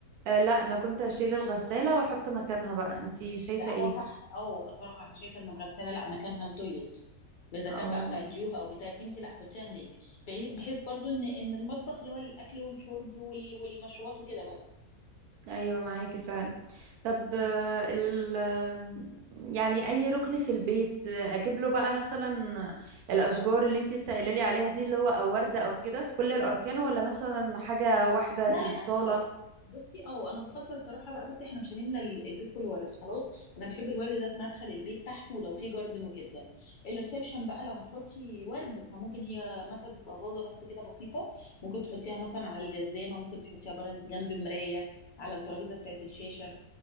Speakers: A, on the right (about 75°); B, on the left (about 70°).
A: آه لا انا كنت هشيل الغسالة واحط مكانها بقى انتي شايفة
B: لا
A: ايه
B: هو صح او صراحه انا شايفه ان الغساله لا مكانها التويليت اذا
A: اه
B: كان بقى بتاع الضيوف او بتاعك انت لا حطيها هناك بعي- بحيث برضو ان ان المطبخ اللي هو للاكل والشرب وال- والمشروبات وكده بس
A: ايوه معاكي فعلا طب آه، ال آه، يعني اي ركن في البيت آه، اجيب له بقى مثلا الاشجار اللي انت سائله لي عليها دي اللي هو او ورده او كده في كل الاركان ولا مثلا حاجه واحده
B: لا
A: في الصاله
B: لا بصي اه انا بفضل صراحه بقى بصي احنا مش هنملى ال- البيت كله ورد خلاص انا بحب الورد ده في مدخل البيت تحت ولو في جاردن وكده الريسبشن بقى لو هتحطي ورد فممكن هي مثلا تبقى فازه بس كده بسيطه ممكن تحطيها مثلا على الجزامه ممكن تحطيها بره جنب مرايه على الترابيزه بتاعت الشاشه